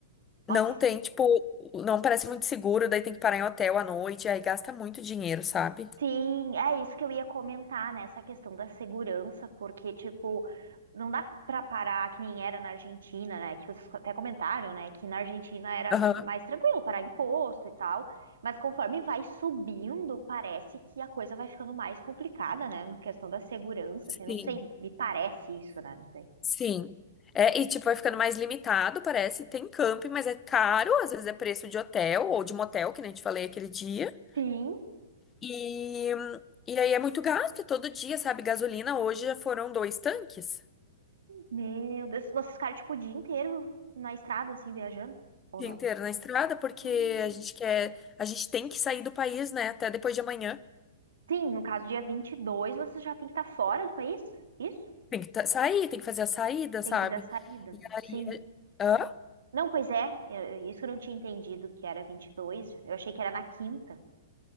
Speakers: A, on the right; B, on the left.
A: Nossa,
B: Não tem, tipo, não parece muito seguro, daí tem que parar em hotel à noite, aí gasta muito dinheiro, sabe?
A: sim, é isso que eu ia comentar, né? Essa questão da segurança, porque, tipo, não dá pra parar que nem era na Argentina, né? Que vocês até comentaram, né? Que na Argentina era
B: Aham,
A: mais tranquilo parar imposto e tal. Mas conforme vai subindo, parece que a coisa vai ficando mais complicada, né? Na questão da segurança, assim, não
B: sim,
A: sei, me parece isso, né? Não sei.
B: sim. É, e tipo, vai ficando mais limitado, parece. Tem camping, mas é caro, às vezes é preço de hotel ou de motel, que nem eu te falei aquele dia.
A: Sim.
B: E, e aí é muito gasto, é todo dia, sabe? Gasolina hoje já foram dois tanques.
A: Meu Deus, vocês ficaram, tipo, o dia inteiro na estrada, assim, viajando? Ou
B: dia inteiro na estrada, porque
A: não?
B: a gente quer, a gente tem que sair do país, né? Até depois de amanhã.
A: Sim, no caso, dia 22 você já tem que estar fora do país? Isso?
B: Tem que ta- sair, tem que fazer a saída, sabe?
A: Tem que fazer a saída.
B: E aí,
A: Sim.
B: hã?
A: Não, pois é. eu- isso eu não tinha entendido que era 22. Eu achei que era na quinta.